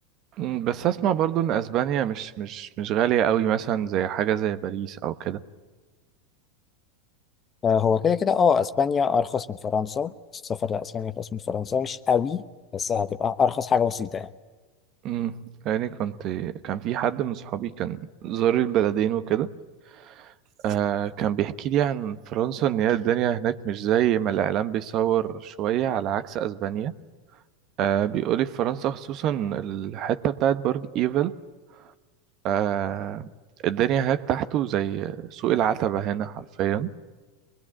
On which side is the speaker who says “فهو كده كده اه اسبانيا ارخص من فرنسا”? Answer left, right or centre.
Left